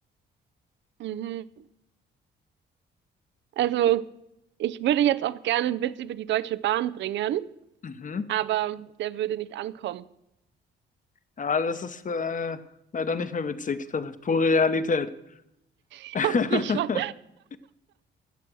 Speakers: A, on the right; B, on the left.
A: Mhm. Also, ich würde jetzt auch gerne einen Witz über die Deutsche Bahn bringen,
B: Mhm.
A: aber der würde nicht ankommen. <laughs>
B: Ja, das ist äh, leider nicht mehr witzig. Das ist pure Realität.
A: Ich
B: <laughs>
A: hab mich schon.